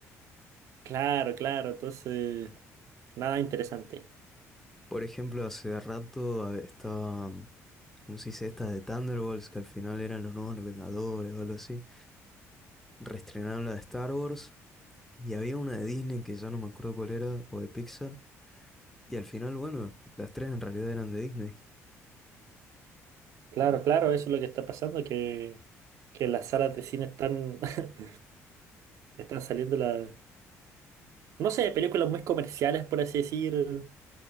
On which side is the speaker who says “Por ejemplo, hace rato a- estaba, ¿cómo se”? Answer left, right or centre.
Centre